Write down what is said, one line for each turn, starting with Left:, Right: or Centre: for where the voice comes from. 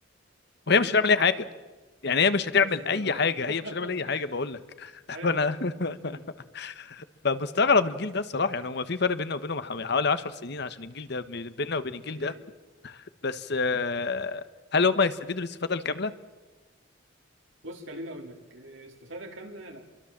Right: <laughs>
Left: وهي مش هتعمل اي حاجه يعني هي مش هتعمل
Right: بس كده
Left: اي
Right: خلاص
Left: حاجه
Right: <laughs>
Left: هي مش هتعمل اي حاجه بقول لك <laughs>
Right: ايوه
Left: فانا
Right: ايوه
Left: <laughs>
Right: مم.
Left: فمستغرب الجيل ده الصراحه يعني هو في فرق بيننا وبينهم حو- حوالي 10 سنين عشان الجيل ده بيننا وبين الجيل
Right: اكيد
Left: ده بس آه، هل هم هيستفيدوا الاستفاده الكامله؟
Right: بص خليني اقول لك آه، استفاده كامله لا